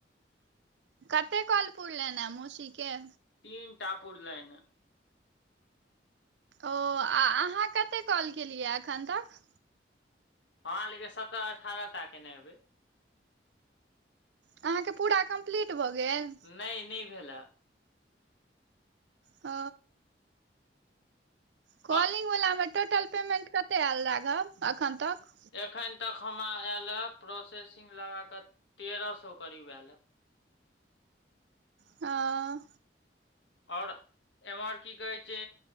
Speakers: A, on the right (about 80°); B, on the left (about 85°).
A: कते काॅल पुरलेनय मौसी के
B: तीन टा पुरलैन ह
A: ओ आ अहाँ कतै कॉल केलियै एखन तक
B: अहाँ लऽकेऽ सत्रह अठारह टा केने हेयबै
A: अहाँके पूरा कम्प्लीट भऽ गेल।
B: नहि नहि भेलै अ
A: ओ कॉलिंग
B: हँ
A: वलामे टोटल पेमेंट कतय आयल राघब एखन तक
B: एखन तक हमरा आयल है प्रोसेसिंग लगाकऽ तेरह सो करीब आयल है।
A: आ
B: आओर एम्हर की कहे छै